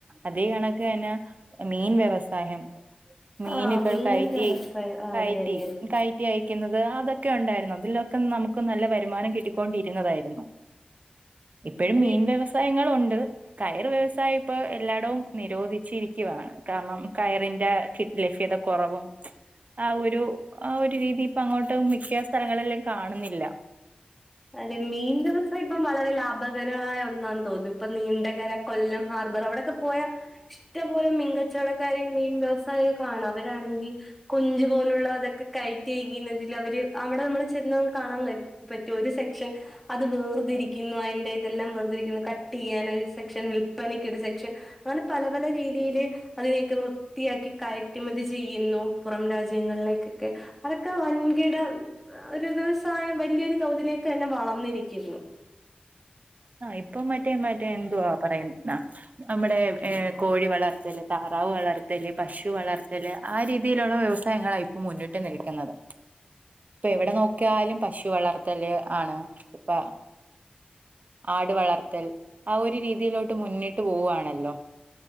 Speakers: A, on the right; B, in the centre.
A: അതേ കണക്ക് മീൻ വ്യവസാഹ്യം മീനുകൾ
B: ആഹ് മീൻ
A: കയറ്റി
B: വ്യവസായം ആഹ്
A: കയറ്റി
B: അതെ അതെ അതെ
A: കയറ്റി അയക്കുന്നത് അ അതൊക്കെ ഉണ്ടായിരുന്നു അതിലൊക്കെ നമുക്ക് നല്ല വരുമാനം കിട്ടിക്കൊണ്ടിരുന്നതായിരുന്നു ഇപ്പോഴും
B: അതെ
A: മീൻ വ്യവസായങ്ങൾ ഉണ്ട് കയറ് വ്യവസായം ഇപ്പ എല്ലായിടവും നിരോധിച്ചിരിക്കുവാണ് കാരണം കയറിന്റെ ലഫ്യത കുറവും ആ ഒരു ആ ഒരു രീതി ഇപ്പ അങ്ങോട്ടും മിക്ക സ്ഥലങ്ങളിലും കാണുന്നില്ല
B: അതെ മീൻ വ്യവസായ ഇപ്പം വളരെ ലാഭകരമായ ഒന്നാന്ന് തോന്നുന്നു ഇപ്പൊ നീണ്ടകര കൊല്ലം ഹാർബർ അവിടൊക്കെ പോയാ ഇറ്റം പോലെ മീൻ കച്ചോവടെക്കാരെയും മീൻ വ്യവസായ കാണാ അവരാണെങ്കിൽ കൊഞ്ചു പോലുള്ള അതൊ ക്കെ കയറ്റി അയക്കുന്നതില് അവര് അവിടെ നമ്മൾ ചെന്ന കാണാൻ പറ്റോ ഒരു സെക്ഷൻ അത് വേർതിരിക്കുന്നു അതിന്റെ ഇതെല്ലാം വെറ കട്ട് ചെയ്യാൻ ഒരു സെക്ഷൻ വിൽപനക്ക് ഒരു സെക്ഷൻ അങ്ങനെ പല പല രീതിയില് അതിനെയൊക്കെ വൃത്തിയാക്കി കയറ്റുമതി ചെയ്യുന്നു പുറം രാ ജ്യങ്ങളിലേക്കൊക്കെ അതൊക്കെ വൻകിട ഒരു വ്യവസായം വലിയൊരു തോതിലേക്ക് തന്നെ വളർന്നിരിക്കിരുന്നു
A: ആ ഇപ്പൊ മറ്റേ മറ്റേ എന്തുവാ പറയുന്നാ നമ്മുടെ കോഴി വളർത്തല് താറാവ് വളർത്തല് പശു വളർത്തല് ആ രീതിയിലുള്ള വ്യവസായങ്ങള ഇപ്പൊ മുന്നിട്ട് നിൽക്കുന്നത് എവിടെ നോക്കിയാലും പശു വളർത്തല് ആണ് ഇപ്പൊ ആടു വളർത്തൽ ആ ഒരു രീതിയിലോട്ട് മുന്നിട്ട് പോവാണല്ലോ